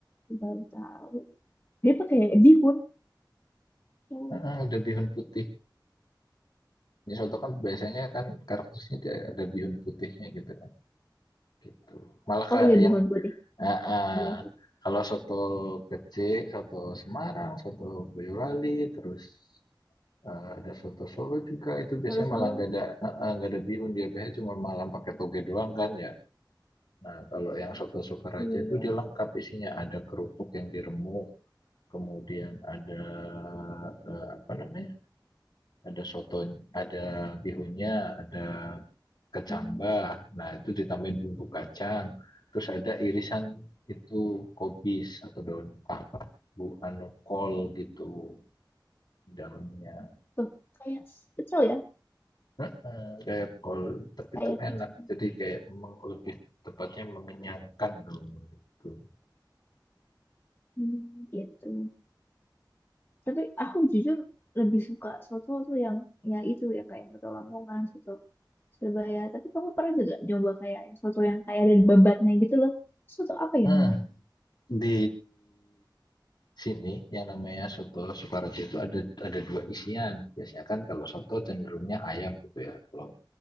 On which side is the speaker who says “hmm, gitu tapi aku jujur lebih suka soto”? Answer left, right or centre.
Left